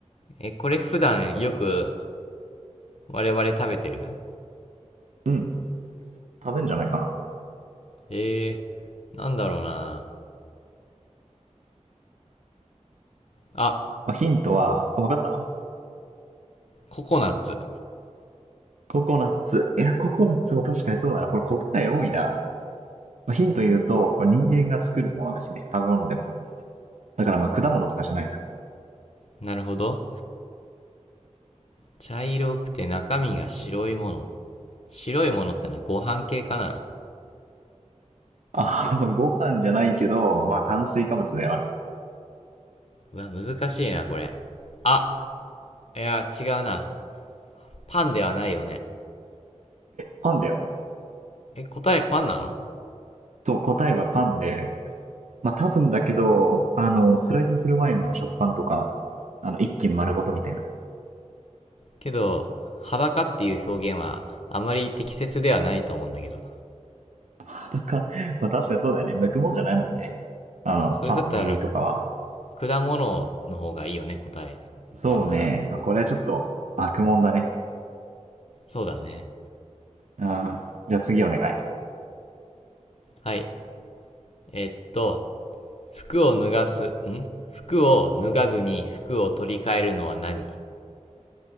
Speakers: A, on the left; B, on the right.
A: え、これ普段よく我々食べてる
B: うん。食べんじゃないかな。ま
A: えー、なんだろうな。あ、
B: あヒントは、わかった
A: ココナッツ。
B: ココナッツ。いや、ココナッツも確かにそうだな。これ答え多いな。品とヒント言うと、これ人間が作るものですね。食べ物でも。だからまあ果物とかじゃないな。
A: なるほど。茶色くて中身が白いもの。白いものってのはご飯系かな。
B: <laughs> あ、まあご飯じゃないけど、まあ炭水化物である。
A: うわ、難しいな、これ。あ、いや、違うな。パンではないよね。
B: パンだよ。
A: え、答えパンなの
B: そう、答えはパンで、まあ多分だけど、あの、スライスする前の食パンとか、あの、一斤丸ごとみたいな。
A: けど、裸っていう表現はあまり適切ではないと思うんだけど。
B: <laughs> なんか、まあ確かにそうだよね。剥くもんじゃないもんね。あの、
A: それだったら、
B: パンの耳とかは。
A: 果物の方がいいよね、答え。
B: そうね。
A: なるなら。
B: これはちょっと悪もんだね。
A: そうだね。
B: ああ、じゃあ次お願い。
A: はい。えっと、服を脱がす、ん服を脱がずに服を取り替えるのは何